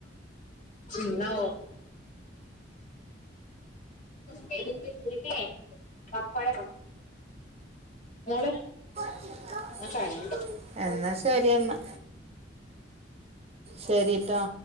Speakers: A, on the left; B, on the right.
A: ഉം എന്നാ പിന്നെ പപ്പട മോളെ
B: അഹ്‌
A: ഞാൻ കണ്ടു
B: പോയി എന്നാ ശരി എന്നാ ശരിട്ടോ